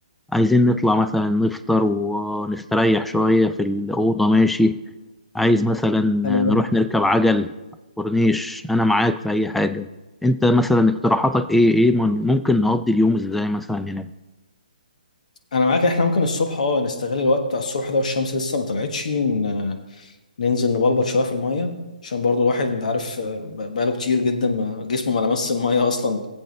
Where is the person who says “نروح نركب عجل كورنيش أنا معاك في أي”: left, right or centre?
Centre